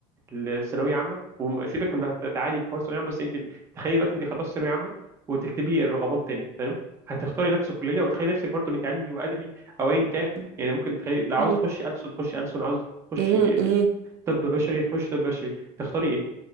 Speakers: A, on the right; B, on the right.
A: الثانويه عامه وسيبك من انها تعاني بحوار الثانويه عامه بس انت تخيلي دلوقتي انت خلصت ثانويه عامه وتكتبي الرغبات تاني تمام هتختاري نفس الكليه وتخيلي نفسك برضو انك علمي وادبي او ايا كان يعني ممكن تخيلي لو
B: مم.
A: عاوز تخشي ألسن تخشي ألسن عاوز تخشي
B: مم. مم.
A: طب بشري تخشي طب بشري تختاري ايه